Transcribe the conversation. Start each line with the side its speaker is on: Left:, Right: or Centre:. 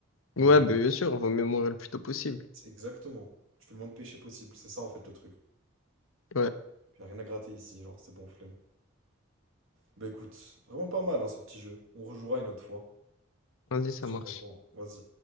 Left: Ouais,
Right: Mais
Left: bah, bien sûr, on vaut mieux mourir le plus tôt possible.
Right: c'est exactement. Tu fais le moins de péché possible, c'est ça en fait le truc.
Left: Ouais,
Right: Puis y a rien à gratter ici, genre, c'est bon, flemme. Bah écoute, vraiment pas mal hein, ce petit jeu. On rejouera une autre fois.
Left: vas-y, ça
Right: Je sais
Left: marche.
Right: pas quoi. Vas-y.